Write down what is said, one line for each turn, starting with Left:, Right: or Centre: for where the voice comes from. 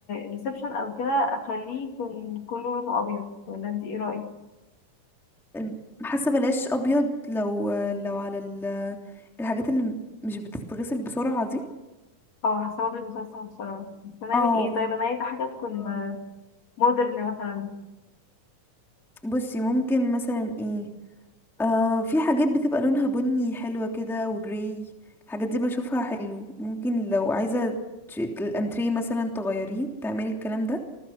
Left: ريسبشن او كده اخليه يكون كله لونه ابيض ولا انت ايه رايك
Centre: الم- حاسه بلاش ابيض لو لو على ال... الحاجات اللي مش بتتغسل بسرعه دي
Left: اه حاسه برضه بيكون صعب بصراحه بس هنعمل
Centre: اه
Left: ايه طيب انا عايزه حاجه تكون
Centre: أم،
Left: مودرن مثلا
Centre: بصي ممكن مثلا ايه آه في حاجات بتبقى لونها بني حلوة كده وجراي الحاجات دي بشوفها حلو ممكن لو عايزة تش- الانتريه مثلا تغيريه تعملي الكلام ده